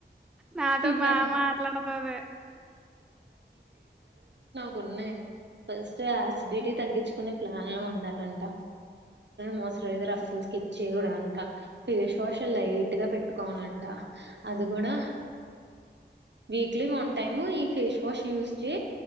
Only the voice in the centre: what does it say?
నాతొ బాగ
మాట్లాడ అవె
హ్మ్.
హ్మ్.